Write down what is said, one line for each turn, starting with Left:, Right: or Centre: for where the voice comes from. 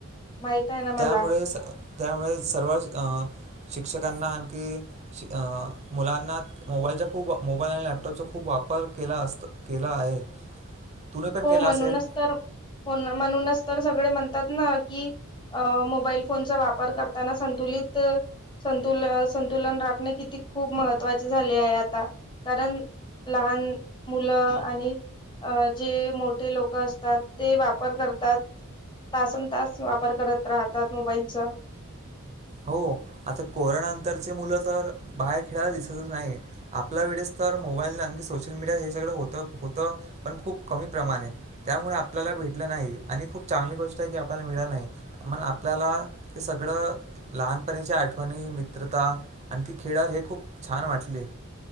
Left: माहित आहे ना
Right: त्यामुळे
Left: मला
Right: स त्यामुळे <unintelligible> शिक्षकांना आणखी अ मुलांना मोबाईलच्या खूप मोबाईल आणि लॅपटॉपचा खूप वापर केला असत केला आहे. तुम्ही पण
Left: हो
Right: केला
Left: म्हणूनच
Right: असेल
Left: तर म्हणूनच तर सगळे म्हण तात ना की अ मोबाईल फोनचा वापर करताना संतुलित संतू संतुलन राखणे किती खूप महत्वाचे झाले आहे आता कारण लहान मुलं आणि अ जे मोठे लोक असतात ते वापर करतात तासंतास वापर करत राहतात मोबाईलचा.
Right: हो आता कोरोनांतरचे मुलं, तर बाहेर खेळायला दिसतच नाही, आपल्या वेळेस तर मोबाईल आणखी सोशल मीडिया हे सगळं होत-होत पण खूप कमी प्रमाणे त्यामुळे आपल्याला भेटलं नाही, आणि खूप चांगली गोष्ट आहे की आपल्याला मिळालं नाही मण आपल्याला ते सगळं लहानपणाच्या आठवणी मित्रता आणखी खेळ हे खूप छान वाटले